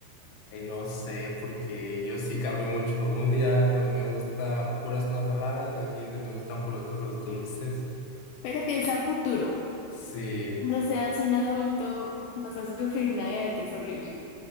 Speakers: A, on the left (about 70°); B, on the left (about 85°).
A: Y no sé, porque yo sí cambio mucho. Un día me gusta puras cosas saladas y al siguiente me gustan puras cosas dulces.
B: Pero piensa a futuro.
A: Sí.
B: Cuando seas un adulto, vas a sufrir una diabetes horrible.